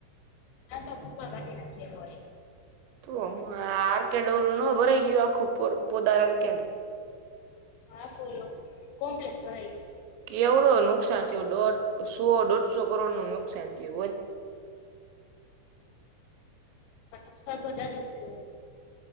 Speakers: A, on the left (about 85°); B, on the right (about 80°).
A: હા, તો ભૂખ કાઢી નાખીએ હો.
B: તો હું આર્કેડ ઓલું નભરાઈ ગયું, આખું પોદાર આર્કેડ.
A: હા, સોલો કોમ્પ્લેક્સમાંઈ ગું
B: કેવડો નુકસાન થયો, દોઢસો, દોઢસો કરોડ નું નુકસાન થયું બોલ.
A: નુકસ ગજા ઘટ <unintelligible>